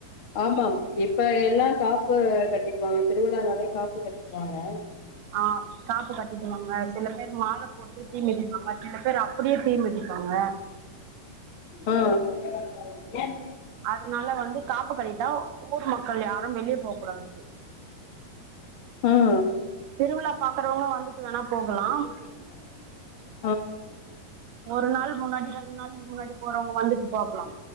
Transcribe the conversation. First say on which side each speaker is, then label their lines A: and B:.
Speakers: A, on the left; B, on the right.
A: ஆமாம் இப்ப எல்லாம் காப்பு கட்டி வாங்க திருவிழா நாளே காப்பு கட்டி டுவாங்க
B: ஆ காப்பு கட்டிடுவாங்க சில பேர் மாலை போட்டு தீமிதிப்பாங்க சில பேர் அப்படியே தீ மிதிப்பாங்க
A: ம் என்
B: அ அதனால வந்து காப்பு கட்டீட்டா ஊர் மக்கள் யாரும் வெளியே போக கூடாது
A: ம்
B: திருவிழா பாக்குறவங்க வந்துட்டு வேணா
A: <unintelligible>
B: போகலாம் ஒரு நாள் முன்னாடி ரெண்டு நாளுக்கு முன்னாடி போறவங்க வந்துட்டு போகலாம்